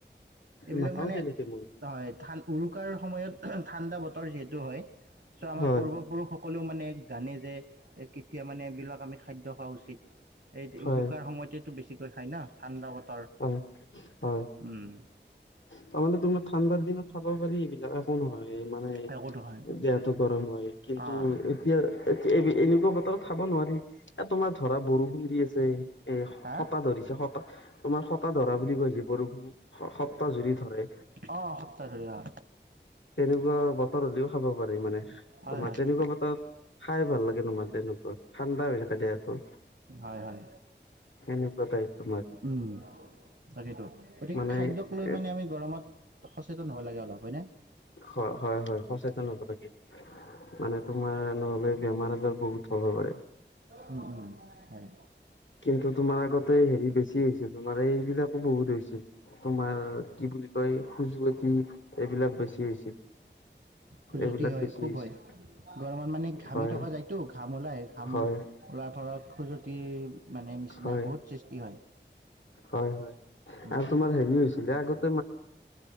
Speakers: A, on the right; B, on the left.
A: এইবিলাক
B: নাখাও
A: মানে
B: তেনেকে মই
A: হয়, ধান উৰুকাৰ সময়ত ঠাণ্ডা বতৰ যিহেতু হয়। চ' আমাৰ
B: হয়
A: পূৰ্বপুৰুষসকলেও মানে জানে যে তেতিয়া মানে এইবিলাক আমি খাদ্য খোৱা উচিত। এই
B: হয়
A: উৰুকাৰ সময়তেটো বেছিকৈ খায় না ঠাণ্ডা বতৰ
B: হয়, হয়
A: উম
B: তাৰ মানে তোমাৰ ঠাণ্ডাৰ দিনত খাব পাৰি এইবিলাক একো নহয়। মানে
A: একো নহয়
B: যিহেতু গৰম হয়। কিন্তু
A: অঁ
B: এতিয়া এতিয়া এ এনেকুৱা বতৰত খাব নোৱাৰি। এ তোমাৰ ধৰা বৰষুণ দি আছে এ
A: হা
B: হতা ধৰিছে হতা তোমাৰ হতা ধৰা বুলি কৈ যে বৰষুণ স সপ্তাহ জুৰি ধৰে।
A: অঁ সপ্তাহ ধৰি অঁ
B: তেনেকুৱা বতৰ হ'লেও খাব পাৰি মানে।
A: হয়
B: তোমাৰ
A: হয়
B: তেনেকুৱা বতৰত খাই ভাল লাগে তোমাৰ তেনেকুৱা ঠাণ্ডা হৈ কেনে থাকে আৰু
A: হয় হয়।
B: সেনেকুৱা টাইপ তোমাৰ
A: উম, তাকেইতো গতিকে
B: মানে
A: খাদ্যক লৈ
B: এ
A: মানে আমি গৰমত সচেতন হ'ব লাগে অলপ হয় নে?
B: হয়, হয় হয় সচেতন হ'ব লাগে। মানে তোমাৰ নহ'লে বেমাৰ আজাৰ বহুত হ'ব পাৰে।
A: উম উম হয়
B: কিন্তু তোমাৰ আগতে হেৰী বেছি হৈছিল। তোমাৰ এ এইবিলাকো বহুত হৈছিল তোমাৰ কি বুলি কয় খুজুৱতি এইবিলাক বেছি হৈছিল।
A: খুজুৱতি
B: এইবিলাক
A: হয়,
B: বেছি
A: খুব
B: হৈছিল।
A: হয়। গৰমত মানে ঘামি
B: হয়
A: থকা যায়তো ঘাম ওলাই ঘাম
B: হয়
A: ফলত খুজুৱতিৰ মানে নিচিনা
B: হয়
A: বহুত সৃষ্টি হয়।
B: হয় হয়
A: উম,
B: আৰু তোমাৰ হেৰীও হৈছিলে আগত